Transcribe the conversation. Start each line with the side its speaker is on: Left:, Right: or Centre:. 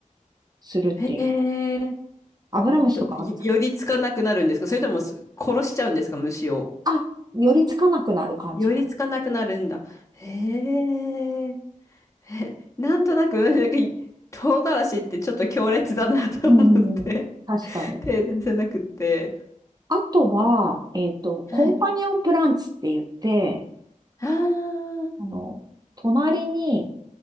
Right: するって、
Left: へえ。
Right: アブラムシとか、
Left: と、よ寄りつかなくなるんですかそれともす殺しちゃうんですか虫を。
Right: あ、寄りつかなくなる感じか
Left: 寄りつかなくなるんだ。へえ。えなんとなく、なんか、唐辛子ってちょっと強烈だなと思って、
Right: うんうん。うん確かに。
Left: <laughs> 手出せなくって。
Right: あとは、えっと、
Left: はい。
Right: コンパニオンプランツって言って、
Left: ああ、
Right: あの、隣に、